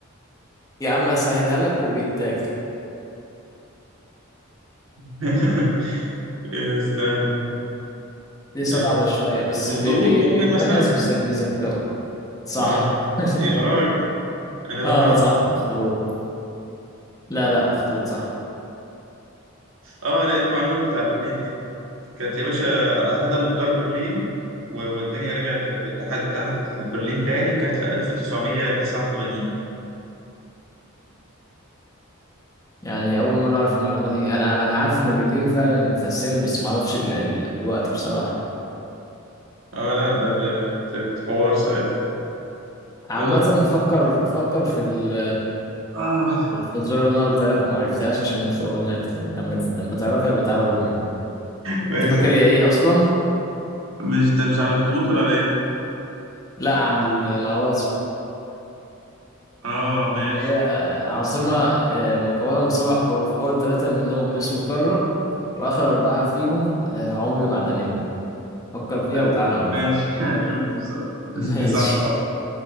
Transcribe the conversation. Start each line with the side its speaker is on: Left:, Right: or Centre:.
Left: يا عم اسهلها لك وبيتاكل
Right: <laughs> إيه، استنى
Left: دي صعبة
Right: آه،
Left: شوية بس
Right: أخطبوط
Left: بي بي
Right: ممكن
Left: بيتميز
Right: مثلا
Left: بذ- بذكائه صح
Right: معرفش
Left: <laughs>
Right: يا راجل أنا
Left: اه
Right: بهبت
Left: صح اخطبوط لا لا اخطبوط صح
Right: اه لقيت معلومة بتاع برلين دي كانت يا باشا هدموا جدار برلين و- والدنيا رجعت الاتحاد اتحدت برلين تاني كانت في 1989
Left: يعني اول مره اعرف المعلومه دي انا انا عارف ان برلين فعلا اتقسمت بس ما اعرفش ال... ال... الوقت بصراحه
Right: اه لا ده ب- كانت كانت حوار ساعتها
Left: عامه
Right: يلا
Left: فكر فكر في ال...
Right: اه
Left: في الفزوره اللي انا قلتها لك وما عرفتهاش عشان مش هقولها لك يعني لما ت... لما تعرفها يبقى تعالى قولها لي
Right: ماشي
Left: انت فاكر
Right: ده كده
Left: هي ايه اصلا
Right: مش انت مش على الاخطبوط ولا على ايه؟
Left: لا عن ال- العواصم
Right: اه ماشي
Left: اللي هي عاصمه آه، مكونه من سبع حروف اول ثلاثه منهم اسم قاره واخر اربعه فيهم آه، عمله معدنيه فكر فيها
Right: لا
Left: وتعالى قول لي
Right: ماشي <laughs> هشوف دي بصراحة دي,
Left: <laughs> ماشي
Right: دي صعبة اصلا